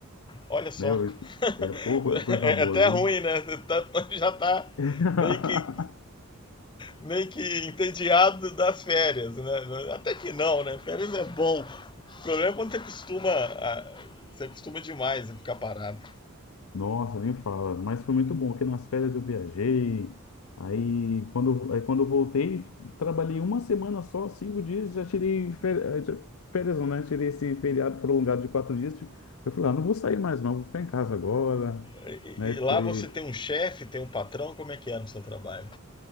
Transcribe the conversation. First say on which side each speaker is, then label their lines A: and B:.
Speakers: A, on the left (about 20°); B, on the left (about 75°).
A: Olha só.
B: né? Eu-
A: <laughs>
B: é pouco, é coisa
A: é
B: boa,
A: até
B: viu?
A: ruim, né? Tá- já tá
B: <laughs>
A: meio que meio que entediado das férias, né? Até que não, né? Férias é bom. O problema é quando você costuma ah, você costuma demais a ficar parado.
B: Nossa, nem fala. Mas foi muito bom, porque nas férias eu viajei. Aí quando, eu- aí quando eu voltei, trabalhei uma semana só, cinco dias, já tirei férias, férias não, né? Tirei esse feriado prolongado de quatro dias. Eu falei, ah, não vou sair mais não, vou ficar em casa agora.
A: E,
B: Né?
A: e lá
B: Foi.
A: você tem um chefe, tem um patrão, como é que é no seu trabalho?